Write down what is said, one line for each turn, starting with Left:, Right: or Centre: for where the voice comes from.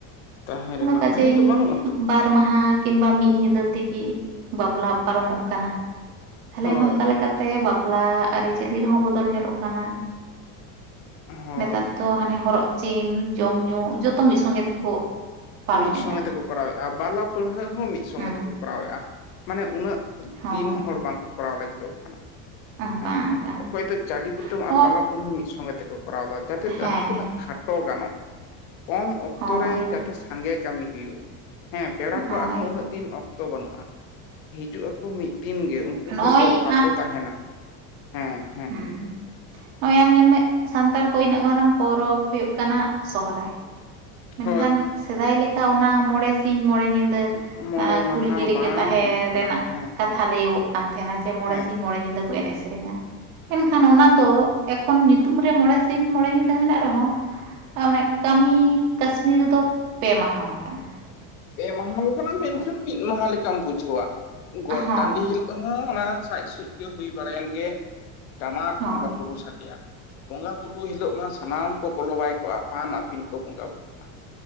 Left: ᱛᱟᱦᱮᱸ
Right: ᱟᱫᱚ
Left: ᱨᱮᱱᱟᱜ
Right: ᱠᱟᱡᱮᱭ
Left: ᱦᱮᱸᱛᱚ ᱵᱟᱹᱱᱩᱜ ᱟᱛᱚ
Right: ᱵᱟᱨ ᱢᱟᱦᱟ ᱠᱤᱝᱵᱟ ᱢᱤᱫ ᱧᱤᱫᱟᱹ ᱛᱮᱜᱮ ᱵᱟᱯᱞᱟ ᱯᱟᱨᱚᱢᱚᱜ ᱠᱟᱱᱟ᱾ ᱛᱟᱦᱚᱞᱮ
Left: ᱦᱳᱭ
Right: ᱱᱚᱝᱠᱟ ᱞᱮᱠᱟᱛᱮ ᱛᱮ ᱵᱟᱯᱞᱟ ᱟᱹᱨᱤᱪᱟᱹᱞᱤ ᱨᱮᱦᱚᱸ ᱵᱚᱫᱚᱞ ᱧᱮᱞᱚᱜ ᱠᱟᱱᱟ᱾
Left: ᱦᱳᱭ
Right: ᱱᱮᱛᱟᱨ ᱫᱚ ᱦᱟᱱᱮ ᱦᱚᱨᱚᱜ ᱪᱤᱱ ᱡᱚᱢ ᱧᱩ ᱡᱚᱛᱚ ᱢᱤᱫ ᱥᱚᱝᱜᱮ ᱛᱮᱠᱚ ᱯᱟᱨᱚᱢ
Left: ᱢᱤᱫ
Right: ᱮᱫᱟ
Left: ᱥᱚᱸᱜᱮ ᱛᱮᱠᱚ ᱠᱚᱨᱟᱣᱮᱫ-ᱟ ᱵᱟᱞᱟ ᱯᱟᱹᱲᱦᱟᱹᱜ ᱦᱚᱸ ᱢᱤᱫ ᱥᱚᱸᱜᱮ
Right: ᱦᱮᱸ
Left: ᱛᱮᱠᱚ ᱠᱚᱨᱟᱣᱮᱫ-ᱟ ᱢᱟᱱᱮ ᱩᱱᱟᱹᱜ
Right: ᱦᱳᱭ
Left: ᱫᱤᱱ ᱦᱚᱲ ᱵᱟᱝᱠᱚ ᱠᱚᱨᱟᱣ ᱞᱟᱹᱜᱤᱫᱚᱜ ᱠᱟᱱᱟ᱾
Right: ᱵᱟᱝ
Left: ᱦᱮᱸ
Right: ᱵᱟᱝ
Left: ᱚᱠᱚᱭ ᱫᱚ ᱪᱟᱹᱰᱤ ᱠᱩᱴᱟᱹᱢ
Right: ᱱᱚᱣᱟ
Left: ᱟᱨ ᱵᱟᱞᱟ ᱯᱟᱹᱲᱦᱟᱹ ᱢᱤᱫ ᱥᱚᱸᱜᱮ ᱛᱮᱠᱚ ᱠᱚᱨᱟᱣ ᱮᱫᱟ ᱡᱟᱛᱮ
Right: ᱦᱮᱸ
Left: ᱡᱟᱦᱟᱸ ᱛᱤᱱᱟᱹᱜ ᱠᱷᱟᱴᱚ ᱜᱟᱱᱚᱜ ᱠᱚᱢ ᱚᱠᱛᱚ
Right: ᱦᱳᱭ
Left: ᱨᱮ ᱡᱟᱛᱮ ᱥᱟᱸᱜᱮ ᱠᱟᱹᱢᱤ ᱦᱩᱭᱩᱜ ᱦᱮᱸ ᱯᱮᱲᱟ ᱠᱚᱣᱟᱜ
Right: ᱦᱳᱭ
Left: ᱦᱚᱸ ᱩᱱᱟᱹᱜ ᱫᱤᱱ ᱚᱠᱛᱚ ᱚᱛᱚ ᱵᱟᱹᱱᱩᱜ-ᱟ ᱦᱤᱡᱩᱜ ᱟᱠᱚ ᱢᱤᱫ ᱫᱤᱱ ᱜᱮ ᱩᱱᱠᱩ
Right: ᱱᱚᱜᱼᱚᱭ
Left: ᱦᱚᱭᱛᱳ ᱵᱟᱠᱚ ᱛᱟᱦᱮᱱᱟ᱾ ᱦᱮᱸ
Right: ᱦᱮᱸ ᱱᱚᱜᱚᱭ ᱧᱮᱞ ᱢᱮ ᱥᱟᱱᱛᱟᱲ ᱠᱚᱣᱟᱜ ᱤᱱᱟᱹᱜ ᱢᱟᱨᱟᱝ ᱯᱚᱨᱚᱵᱽ ᱦᱩᱭᱩᱜ ᱠᱟᱱᱟ ᱥᱚᱦᱨᱟᱭ᱾ ᱢᱮᱱᱠᱷᱟᱱ
Left: ᱦᱳᱭ
Right: ᱥᱮᱫᱟᱭ ᱞᱮᱠᱟ ᱚᱱᱟ ᱢᱚᱬᱮ ᱥᱤᱧ ᱢᱚᱬᱮ ᱧᱤᱫᱟᱹ
Left: ᱢᱚᱬᱮ ᱢᱟᱦᱟ
Right: ᱠᱩᱞᱦᱤ ᱨᱮᱜᱮ
Left: ᱵᱟᱝ
Right: ᱛᱟᱦᱮᱸ
Left: ᱦᱩᱭᱩᱜ ᱠᱟᱱᱟ
Right: ᱨᱮᱱᱟᱜ
Left: ᱦᱮᱸ
Right: ᱠᱟᱛᱷᱟ
Left: ᱦᱮᱸ
Right: ᱞᱟᱹᱭᱟᱹᱜᱚᱜ ᱠᱟᱱ ᱛᱟᱦᱮᱱᱟ ᱡᱮ ᱢᱚᱬᱮ
Left: ᱦᱮᱸ
Right: ᱥᱤᱧ ᱢᱚᱬᱮ ᱧᱤᱫᱟᱹ ᱠᱚ ᱮᱱᱮᱡ ᱥᱮᱨᱮᱧᱟ᱾ ᱢᱮᱱᱠᱷᱟᱱ ᱚᱱᱟ ᱫᱚ ᱮᱠᱷᱚᱱ ᱧᱩᱛᱩᱢ ᱨᱮ ᱢᱚᱬᱮ ᱥᱤᱧ ᱢᱚᱬᱮ ᱧᱤᱫᱟᱹ ᱢᱮᱱᱟᱜ ᱨᱮᱦᱚᱸ ᱚᱱᱮ ᱠᱟᱹᱢᱤ, ᱠᱟᱹᱥᱱᱤ ᱨᱮᱫᱚ ᱯᱮ ᱢᱟᱦᱟᱣ ᱟᱠᱟᱱᱟ᱾
Left: ᱯᱮ ᱢᱟᱦᱟ ᱠᱟᱱᱟ ᱢᱮᱱᱠᱷᱟᱱ ᱢᱤᱫ ᱢᱟᱦᱟ ᱞᱮᱠᱟᱢ ᱵᱩᱡᱷᱟᱹᱣᱟ ᱜᱚᱴ
Right: ᱦᱳᱭ
Left: ᱴᱟᱺᱰᱤ ᱦᱤᱞ ᱦᱚᱸ ᱚᱱᱟ ᱥᱟᱡᱽ ᱥᱩᱡᱽ ᱜᱮ ᱦᱩᱭ ᱵᱟᱲᱟᱭᱮᱱ ᱜᱮ ᱴᱟᱢᱟᱠ
Right: ᱦᱳᱭ
Left: ᱦᱚᱸ ᱵᱟᱠᱚ ᱨᱩ ᱥᱟᱰᱮᱭᱟ᱾ ᱵᱚᱸᱜᱟ ᱵᱩᱨᱩ ᱦᱤᱞᱳᱜ ᱢᱟ ᱥᱟᱱᱟᱢ ᱠᱚ ᱵᱚᱞᱚ ᱵᱟᱭ ᱠᱚᱜᱼᱟ ᱟᱯᱟᱱ ᱟᱯᱤᱱ᱾ ᱟᱯᱤᱱ ᱠᱚ ᱵᱚᱸᱜᱟ ᱵᱩᱨᱩᱜ-ᱟ